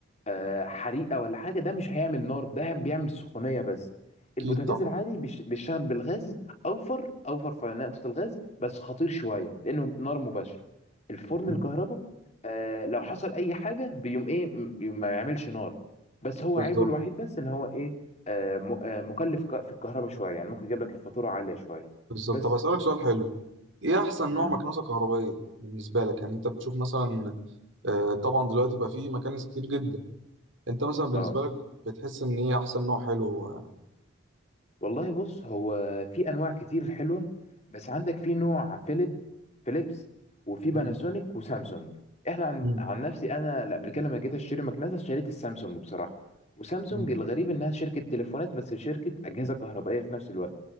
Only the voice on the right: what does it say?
اكيد
طبعا
مم.
بالظبط
بالظبط
طب اسالك سؤال حلو ايه احسن نوع
مكنسه كهربائيه بالنسبه لك يعني انت بتشوف مثلا آه، طبعا دلوقتي بقى فيه مكانس كتير جدا انت مثلا بالنسبه
لك بتحس ان ايه احسن نوع حلو آه،
مم.
مم.
مم.